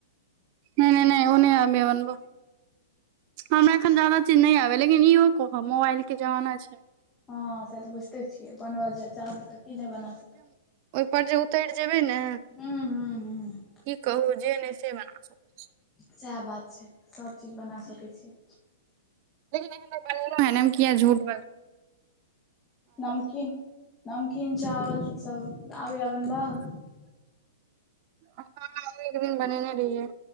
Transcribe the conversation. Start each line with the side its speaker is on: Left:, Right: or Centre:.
Right: नैय नैय नैय ओ नैय आबैया बनबऽ। हमरा एखन ज्यादा चीज नैय आबैया लेकिन इहो कहब मोबाइल के जमाना छै।
Left: हँ से तऽ बुइझते छियै बनबऽ जे चाहबै तऽ की नैय बना सकै
Right: ओयपर जे उतैर जेबै ने
Left: हूँ हूँ हूँ
Right: की कहू जे नैय से बना सकै छी।
Left: सएह बात छै सभचीज बना सकै छी।
Right: लेकिन एखन तक बनेलौं हैं नै हम किया झूठ बाजु।
Left: नमकीन नमकीन चावल सब आबैया बनबऽ?
Right: <inaudible> हँ ओ एक दिन बनेने रहियै।